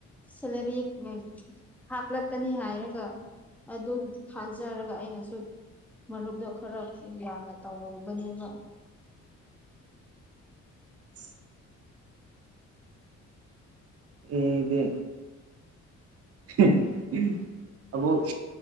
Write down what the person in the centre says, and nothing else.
ꯁꯦꯂꯔꯤ <unintelligible> ꯍꯥꯞꯂꯛꯀꯅꯤ ꯍꯥꯏꯔꯒ ꯑꯗꯨ ꯊꯥꯖꯔꯒ ꯑꯩꯅꯁꯨ ꯃꯔꯨꯞꯗꯣ ꯈꯔ ꯌꯥꯝꯅ ꯇꯧꯔꯨꯕꯅꯦꯕ